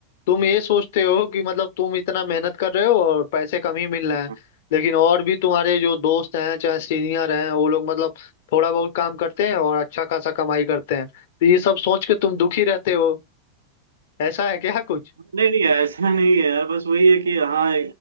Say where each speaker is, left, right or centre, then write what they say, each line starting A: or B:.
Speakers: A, on the left; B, on the right.
A: तुम ये सोचते हो कि मतलब तुम इतना मेहनत कर रहे हो और पैसे कम ही मिल रहे
B: हाँ।
A: हैं लेकिन और भी तुम्हारे जो दोस्त हैं चाहे सीनियर हैं वो लोग मतलब थोड़ा बहुत काम करते हैं और अच्छा खासा कमाई करते हैं तो ये सब सोच के तुम दुखी रहते हो ऐसा है क्या कुछ
B: नहीं नहीं ऐसा नहीं है यार बस वही है कि हाँ